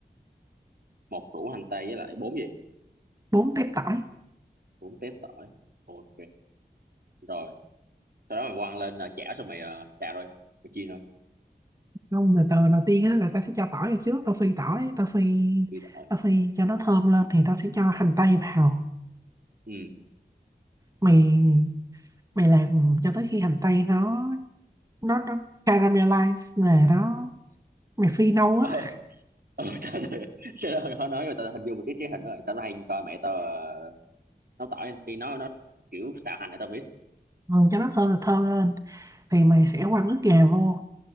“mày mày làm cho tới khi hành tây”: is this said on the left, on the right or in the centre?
Right